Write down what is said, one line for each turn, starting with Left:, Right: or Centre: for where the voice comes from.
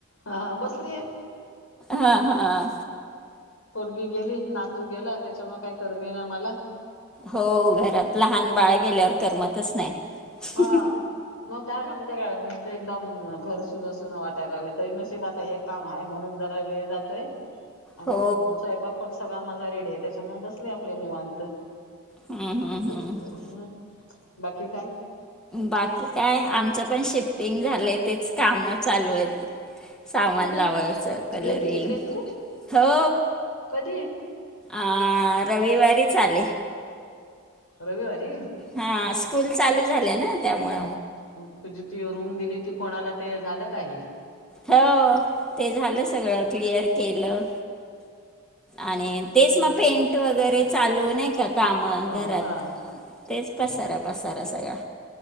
Left: हा बसलीय
Centre: हा हा
Left: पोरगी गेली नातू गेला त्याच्या मग काय करमीे ना मला
Centre: हो घरात लहान बाळ गेल्यावर करमतच नाही
Left: हा. मग काय सांगते काय नुसत एकदम घर सुन सुनं वाटायला लागले तरी नशिब आता हे काम आहे म्हणून जरा वेळ जातोय आणि
Centre: हो
Left: स्वयंपाक पण सगळा माझा रेडी आहे त्याच्यामु बसले आपले निवांत
Centre: हम्म हम्म
Left: हम्
Centre: हम्म
Left: बाकी काय
Centre: बाकी काय आमचं पण शिफ्टिंग झालं आहे तेच कामं चालू आहेत तर सामान
Left: कुठे
Centre: लावायचं कलरिंग
Left: गेली तिकडे तू?
Centre: हो
Left: कधी
Centre: अ रविवारी चाले
Left: रविवारी
Centre: हा स्कूल चालू झाल्या ना त्यामुळे
Left: मग तुझी ती रूम दिली होती कोणाला ते झालं काय
Centre: हो ते झालं सगळं क्लिअर केलं आणि तेच मग पेंट वगैरे चालू नाही का काम घरात
Left: हा
Centre: तेच पसारा पसारा सगळा